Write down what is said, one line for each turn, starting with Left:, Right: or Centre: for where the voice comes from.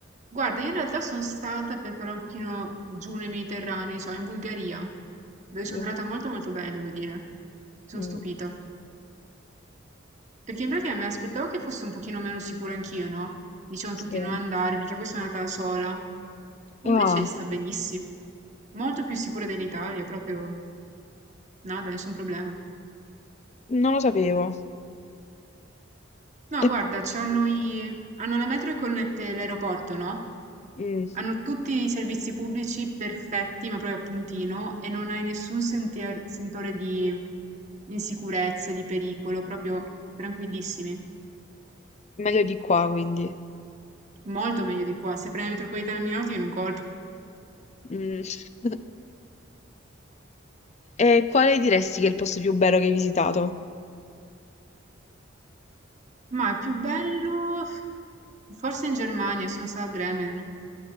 Right: guarda, in realtà sono stata per parlare un pochino giù nei Mediterranei, cioè in Bulgaria, dove sono
Left: Mh.
Right: entrata molto molto bene, devo dire. Sono
Left: Mh.
Right: stupita. Perché in pratica mi aspettavo che fosse un pochino meno sicura anch'io, no? Dicevano tutti
Left: Sì.
Right: non andare, perché poi sono andata da sola. Invece
Left: Ah,
Right: sta benissimo. Molto più sicura dell'Italia, proprio nada, nessun problema.
Left: non lo sapevo.
Right: No,
Left: E
Right: guarda, c'hanno i... hanno la metro che connette l'aeroporto, no?
Left: mh,
Right: Hanno tutti i servizi pubblici perfetti, ma proprio a puntino, e non hai nessun sente- sentore di insicurezza, di pericolo, proprio tranquillissimi.
Left: meglio di qua quindi.
Right: Molto meglio di qua. Se prendi la metropolitana a Milano ti viene un colpo.
Left: Mh. <laughs> E quale diresti che è il posto più bello che hai visitato?
Right: Ma è più bello, forse in Germania, sono stata a Bremen.